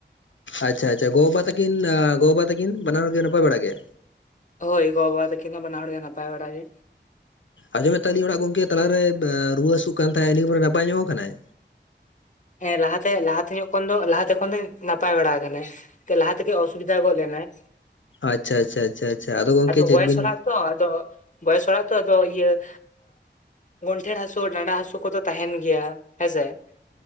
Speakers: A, on the left (about 85°); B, on the left (about 40°).
A: ᱟᱪᱪᱷᱟ ᱟᱪᱪᱷᱟ ᱜᱚᱼᱵᱟ ᱛᱟᱠᱤᱱ ᱜᱚ ᱵᱟᱵᱟ ᱛᱟᱹᱠᱤᱱ ᱵᱟᱱᱟ ᱦᱚᱲ ᱜᱮ ᱱᱟᱯᱟᱭ ᱵᱟᱲᱟ ᱜᱮ?
B: ᱦᱳᱭ ᱜᱚ ᱵᱟ ᱛᱟᱹᱠᱤᱱ ᱵᱟᱱᱟ ᱦᱚᱲ ᱜᱮ ᱱᱟᱯᱟᱭ ᱵᱟᱲᱟ ᱜᱮ᱾
A: ᱟᱡᱚᱢᱮᱫ ᱛᱟᱦᱮ ᱞᱤᱧ ᱚᱲᱟᱜ ᱜᱚᱝᱠᱮ ᱛᱟᱞᱟᱨᱮ ᱨᱩᱣᱟᱹ ᱦᱟᱹᱥᱩᱜ ᱠᱟᱱ ᱛᱟᱦᱮᱸᱜ ᱱᱟᱜ ᱯᱚᱨᱮ ᱱᱟᱯᱟᱭ ᱧᱚᱜ ᱟᱠᱟᱱᱟᱭ?
B: ᱦᱮᱸ ᱞᱟᱦᱟᱛᱮ ᱞᱟᱦᱟᱛᱮ ᱧᱚᱜ ᱠᱷᱚᱱ ᱫᱚ ᱞᱟᱦᱟᱛᱮ ᱠᱷᱚᱱ ᱫᱚᱣ ᱱᱟᱯᱟᱭ ᱵᱟᱲᱟ ᱟᱠᱟᱱᱟᱭ᱾ ᱞᱟᱦᱟ ᱛᱮᱜᱮ ᱚᱥᱩᱵᱤᱫᱷᱟ ᱜᱚᱫ ᱞᱮᱱᱟᱭ᱾
A: ᱟᱪᱪᱷᱟ ᱪᱷᱟ-ᱪᱷᱟ-ᱪᱷᱟ ᱟᱫᱚ ᱜᱚᱝᱠᱮ ᱪᱮᱫ
B: ᱵᱚᱭᱮᱥ
A: ᱵᱤᱱ?
B: ᱦᱚᱲᱟᱜ ᱛᱚ ᱟᱫᱚ ᱵᱚᱭᱮᱥ ᱦᱚᱲᱟᱜ ᱛᱚ ᱟᱫᱚ ᱤᱭᱟᱹ ᱜᱚᱱᱴᱷᱮ ᱦᱟᱹᱥᱩ ᱰᱟᱸᱰᱟ ᱦᱟᱹᱥᱩ ᱠᱚ ᱫᱚ ᱛᱟᱦᱮᱱ ᱜᱮᱭᱟ᱾ ᱦᱮᱸᱥᱮ?